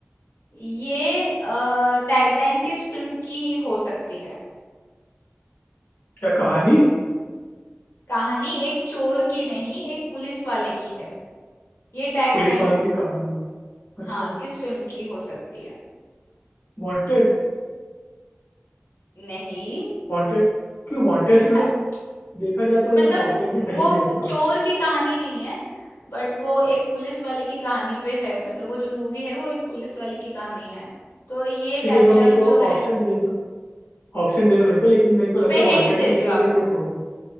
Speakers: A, on the left; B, on the left.
A: ये टैगलाइन किस फिल्म की हो सकती है
B: क्या कहानी
A: कहानी एक चोर की नहीं एक पुलिस वाले की है ये टैगलाइन
B: पुलिस वाले की कहानी अच्छा
A: हाँ, किस फिल्म की हो सकती है?
B: वांटेड
A: नहीं
B: वांटेड क्यों वांटेड मतलब
A: अ,
B: देखा जाए तो
A: मतलब
B: वो वांटेड भी सही
A: वो
B: है इसका
A: चोर की कहानी नहीं है बट वो एक पुलिस वाले की कहानी पे है मतलब वो जो मूवी है वो एक पुलिस वाले की कहानी है तो ये
B: ठीक
A: टैगलाइन
B: है एक बार मेरे को
A: जो है
B: ऑप्शन दे दो ऑप्शन दे दो मेरे को लेकिन मेरे को लगता
A: मैं
B: है वांटेड
A: हिंट देती
B: भी इसके
A: हूँ आपको
B: लिए फिट होगी